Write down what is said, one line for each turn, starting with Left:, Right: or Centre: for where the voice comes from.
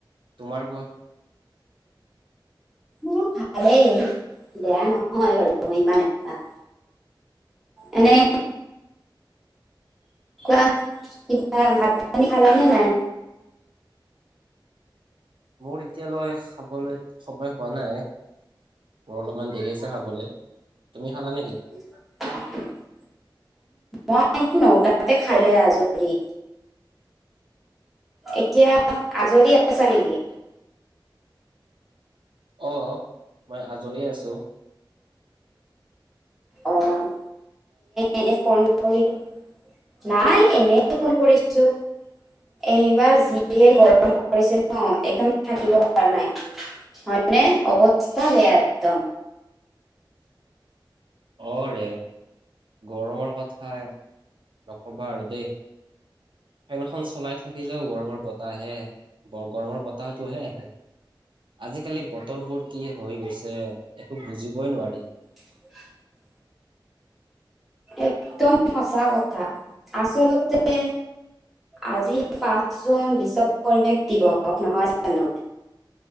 Right: তোমাৰ কোৱা।
Centre: মোৰ ভালেই বেয়া নহয় বাৰু ইমান এটা। এনে। কোৱা কিবা ভাত পানী খালা নে নাই?
Right: মোৰ এতিয়ালৈ খাবলৈ। সময় হোৱা নাই মোৰ অলপমান দেৰি আছে খাবলৈ তুমি খালা নেকি?
Centre: <inaudible> অ' মইটো নটাতে খাই লৈ আজৰি। এতিয়া আজৰি আছা নেকি?
Right: অ' মই আজৰিয়ে আছোঁ।
Centre: অ' এনে ফোন <unintelligible> নাই এনে ফোন কৰিছো। এইবাৰ যিয়ে গৰম পৰিছে নহ একদম থাকিব পৰা নাই। হয়নে অৱস্থা বেয়া একদম।
Right: অৰে গৰমৰ কথা নক'বা আৰু দেই। ফেন এখন চলাই থাকিলেও গৰমৰ বতাহ আহে গৰমৰ বতাহটোহে আহে। আজিকালি বতৰবোৰ কি হৈ গৈছে একো বুজিবই নোৱাৰি।
Centre: <inaudible> একদম সঁচা কথা আচলতে। আজি পাঁচ জুন বিশ্ব পৰিৱেশ দিৱস নহয় জানোঁ।